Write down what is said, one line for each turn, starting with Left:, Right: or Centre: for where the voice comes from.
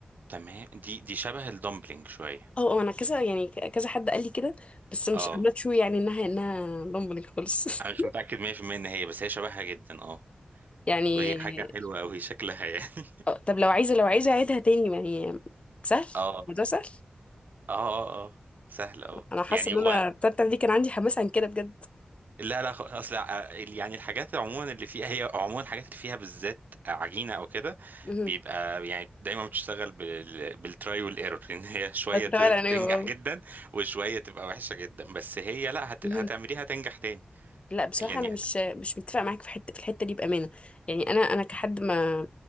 Right: تمام دي دي شبه الدمبلينج شوية
Left: اه اه انا كذا يعني كذا حد قال لي كده بس مش
Right: اه
Left: I'm not sure يعني انها انها ضمنك خالص
Right: انا
Left: <laughs>
Right: مش متأكد 100% ان هي بس هي شبهها جدا اه
Left: يعني
Right: وهي حاجة حلوة قوي شكلها يعني <laughs>
Left: آه، طب لو عايزة لو عايزة أعيدها تاني ما هي سهل
Right: اه اه
Left: الموضوع سهل
Right: اه اه سهل اه
Left: أنا حاسة
Right: يعني
Left: إن
Right: و...
Left: أنا التالتة دي كان عندي حماس عن كده بجد
Right: لا لا خ- اصل ع- يعني الحاجات عموما اللي فيها هي عموما الحاجات اللي فيها بالذات عجينه او كده
Left: مهم.
Right: بيبقى يعني دايما بتشتغل بال... بالتراي والايرور ان هي شويه
Left: بس ولا
Right: ت... تنجح
Left: أنا اه
Right: جدا وشويه تبقى وحشه جدا بس هي لا هت...
Left: مهم.
Right: هتعمليها تنجح تاني
Left: لا بصراحة
Right: يعني
Left: أنا مش مش متفق معاك في حتة في الحتة دي بأمانة يعني أنا أنا كحد ما